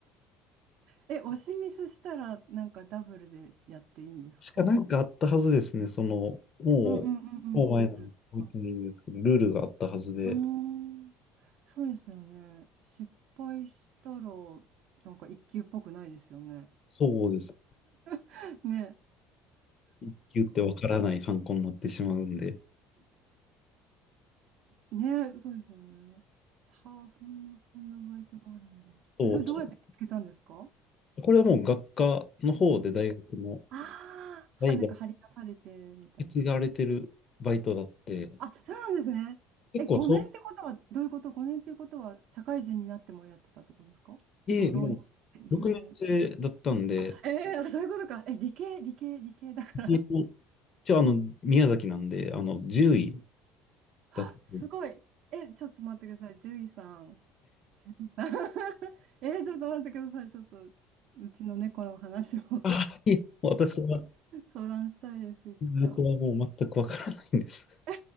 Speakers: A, on the right; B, on the left.
A: え、押しミスしたら、なんかダブルでやっていいんですか
B: しかなんかあったはずですね。その、もう、
A: うんうんうんうん。
B: もう前なの覚えてないんですけど、
A: ルールが。
B: ルールがあったはずで、
A: うーん。そうですよね。失敗したら、なんか一級っぽくないですよね。
B: そうです。
A: <laughs> ね。そっか。
B: 一級ってわからないハンコになってしまうんで、
A: ね、そうですよね。はあ、そんな、そんなバイトがあるんだ。
B: そう、
A: え、それどうやって見つけたんですか
B: これはもう学科の方で大学の
A: ああー、
B: 代々受
A: は、なんか張り出されてみたいな。
B: け継がれてるバイトだって、
A: あ、そうなんですね。
B: 結構小
A: え、5年ってことは、どういうこと ?5 年っていうことは、社会人になってもやってたってことですかそれとも浪人、
B: ええ、もう、
A: 留年。
B: 6年生だったんで、
A: あ、えー、そういうことか。え、理系、理系、理系だから。
B: えっと一応、あの、宮崎なんで、あの、10位
A: <laughs>
B: だったんで。
A: すごい。え、ちょっと待ってください。獣医さん。獣医さん <laughs> えー、ちょっと待ってください。ちょっと、うちの猫の話を
B: ああ、いえ、私は、
A: 相談したいです、いつか。
B: 僕はもう全くわからないんです。
A: <laughs> あ